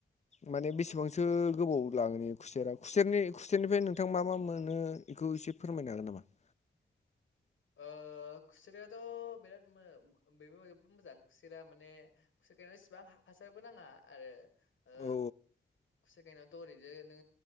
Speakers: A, on the left; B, on the left.
A: माने बेसेबांसो गोबाव लागोन इयो खुसेरा खुसेरनि खुसेरनिफ्राय नोंथां मा मा मोनो बेखौ एसे फोरमायनो हागोन नामा? <inaudible>
B: ओ खुसेराथ' बिराद मो बेबो जोबोद मोजां खुसेरा माने खुसे गायनाय सेबां हासारबो नाङा आरो ओ
A: औ
B: खुसेर गाायनायावथ' ओरैनो